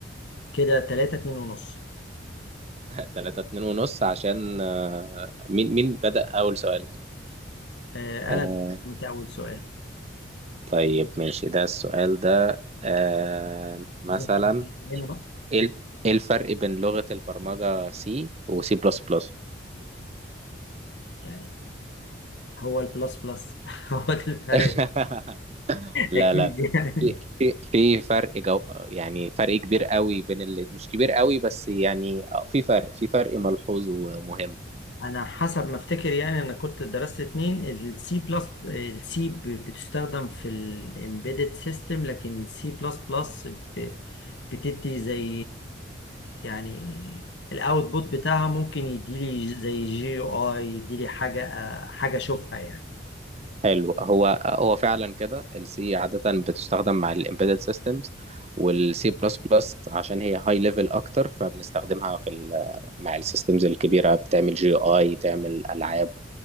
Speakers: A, on the left (about 70°); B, on the right (about 35°).
A: كده تلاتة اتنين ونص
B: <laughs> 3 2 ونص عشان آه، مين مين بدأ اول سؤال
A: آه،
B: آه،
A: أنا اللي أنت أول سؤال
B: طيب ماشي ده السؤال ده آه، مثلا
A: بالظبط <laughs> هنا بقى
B: ايه ال- إيه الفرق بين لغة البرمجة سي وسي بلس بلس
A: يعني هو البلس بلس <laughs> هو ده الفرق
B: <laughs>
A: <laughs>
B: لا
A: أكيد
B: لا
A: يعني
B: في في في فرق جو يعني فرق كبير قوي بين اللي مش كبير قوي بس يعني آه، في فرق في فرق ملحوظ ومهم
A: انا حسب ما افتكر يعني انا كنت درست اتنين السي بلس السي بتستخدم في الامبيدد سيستم لكن السي بلس بلس بتدي زي يعني الاوتبوت بتاعها ممكن يديلي زي جي يو اي يديلي حاجه حاجه اشوفها يعني
B: حلو هو هو فعلا كده السي عادة بتستخدم مع الامبيدد سيستمز والسي بلس بلس عشان هي هاي ليفل اكتر فبنستخدمها في ال- مع السيستمز الكبيرة بتعمل جي اي تعمل العاب